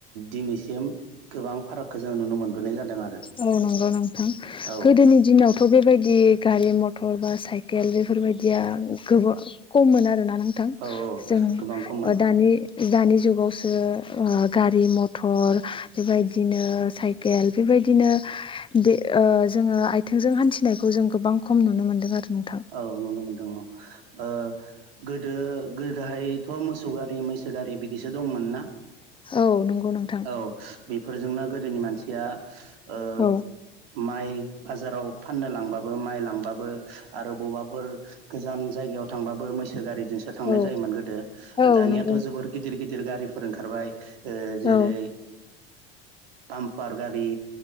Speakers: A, on the right; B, on the left.
A: दिनैसिम गोबां फारागखौ जोङो नुनो मोनबोनाय जादों। आरो
B: औ नंगौ नोंथां
A: औ
B: गोदोनि दिनाव थ' बेबायदि गारि मथर बा साइकेल बेफोरबायदिया गोब खम मोन आरोना। नोंथां
A: औ
B: जों
A: गोबां खममोन
B: ओ दानि दानि जुगावसो ओ गारि मथर बेबायदिनो साइकेल बेबायदि बिदिनो बे ओ जोङो आथिंजों हान्थिनायखौ जों गोबां खम नुनो मोनदों आरो। नोंथां
A: औ नुनो मोनदों औ ओ गोदो गो गाहायैथ' मोसौ गारि मैसो गारि बिदिसो दंमोन ना?
B: औ नंगौ नोंथां।
A: औ बेफोरजोंनो गोदोनि मानसिया ओ‌
B: औ
A: माइ बाजाराव फाननो लांबाबो माइ लांबाबो आरो बबावबाफोर गोजान जायगायाव थांबाबो मैस गारिजोंसो थांनाय
B: औ
A: जायोमोन गोदो ओ
B: औ
A: दानियाथ'
B: नंगौ
A: जोबोर गिदिर गिदिर गारिफोर ओंखारबाय। ओ जेरै
B: औ
A: बामपार गारि।